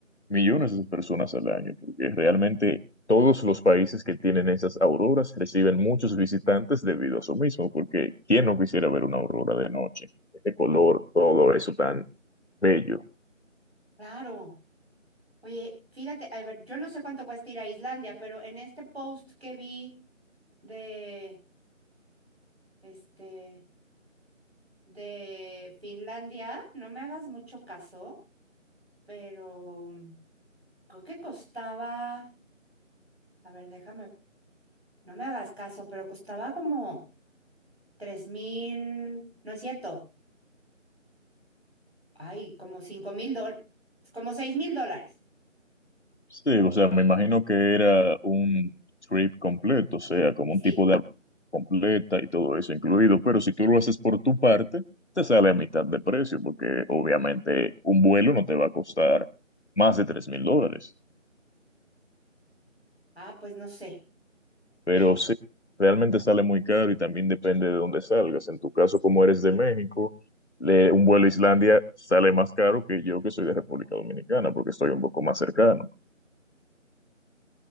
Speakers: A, on the left; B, on the right.
A: millones de personas al año, porque realmente todos los países que tienen esas auroras reciben muchos visitantes debido a eso mismo, porque ¿quién no quisiera ver una aurora de noche? Este color, todo eso tan bello.
B: Claro. Oye, fíjate, a ver, yo no sé cuánto cuesta ir a Islandia, pero en este post que vi de este de Finlandia, no me hagas mucho caso, pero creo que costaba, a ver, déjame No me hagas caso, pero costaba como tres mil, no es cierto, ay, como cinco mil dólares, como seis mil dólares.
A: Sí, o sea, me imagino que era un trip completo, o sea, como
B: Y
A: un
B: sí,
A: tipo de completa y todo eso incluido, pero si tú lo haces por tu parte, te sale a mitad de precio, porque obviamente un vuelo no te va a costar más de tres mil dólares,
B: ah, pues no sé,
A: pero
B: mira,
A: sí, realmente sale muy caro y también depende de dónde salgas. En tu caso, como eres de México, le- un vuelo a Islandia sale más caro que yo que soy de República Dominicana, porque estoy un poco más cercano.